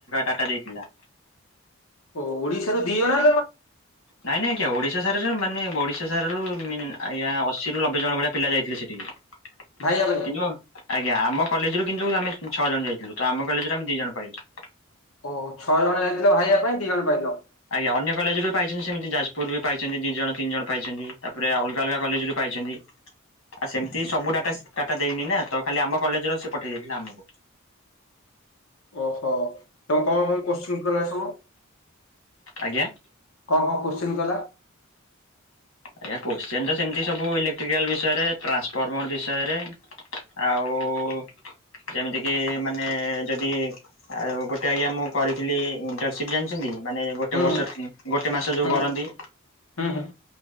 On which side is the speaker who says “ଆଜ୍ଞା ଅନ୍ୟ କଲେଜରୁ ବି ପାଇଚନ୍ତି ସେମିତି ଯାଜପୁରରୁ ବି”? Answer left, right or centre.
Left